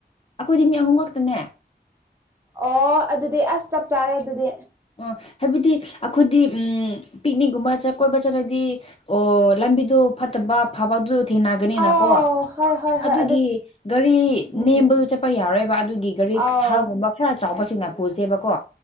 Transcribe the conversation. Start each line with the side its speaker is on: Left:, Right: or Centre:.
Left: ꯑꯈꯣꯏꯗꯤ ꯃꯤ ꯑꯍꯨꯝ ꯈꯛꯇꯅꯦ
Right: ꯑꯣ ꯑꯗꯨꯗꯤ ꯑꯁ ꯆꯞ ꯆꯥꯔꯦ ꯑꯗꯨꯗꯤ
Left: ꯑ ꯍꯥꯏꯕꯗꯤ ꯑꯈꯣꯏꯗꯤ ꯎꯝ ꯄꯤꯛꯅꯤꯛꯒꯨꯝꯕ ꯆꯠ ꯀꯣꯏꯕ ꯆꯠꯂꯗꯤ ꯑꯣ ꯂꯝꯕꯤꯗꯣ ꯐꯠꯇꯕ ꯐꯕꯗꯨ ꯊꯦꯡꯅꯒꯅꯤꯅꯀꯣ꯫
Right: ꯑꯥꯎ ꯍꯣꯏ ꯍꯣꯏ ꯍꯣꯏ
Left: ꯑꯗꯨꯒꯤ ꯒꯥꯔꯤ
Right: ꯎꯝ
Left: ꯅꯦꯝꯕꯗꯨ ꯆꯠꯄ ꯌꯥꯔꯣꯏꯕ ꯑꯗꯨꯒꯤ ꯒꯥꯔꯤ
Right: ꯑꯥꯎ
Left: ꯊꯥꯔꯒꯨꯝꯕ ꯈꯔ ꯆꯥꯎꯕꯁꯤꯡꯅ ꯄꯨꯁꯦꯕꯀꯣ